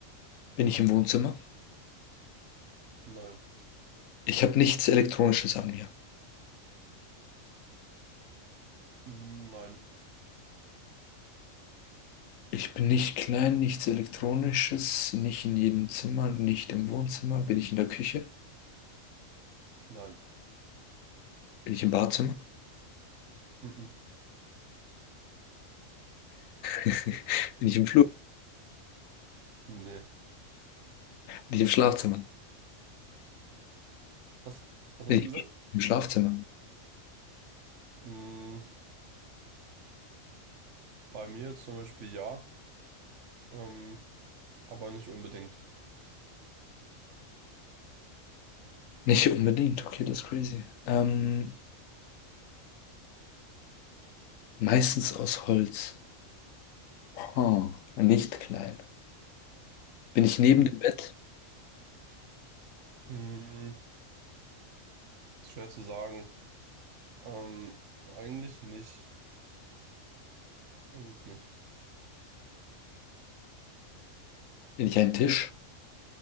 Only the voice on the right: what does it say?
nein,
Mm, nein,
nein,
mhm.
Nee.
Was, was
hast du gesagt?
Mm, bei mir zum Beispiel ja, ähm, aber nicht unbedingt.
Hm?
Mm, ist schwer zu sagen. Ähm, eigentlich nicht. Eigentlich nicht.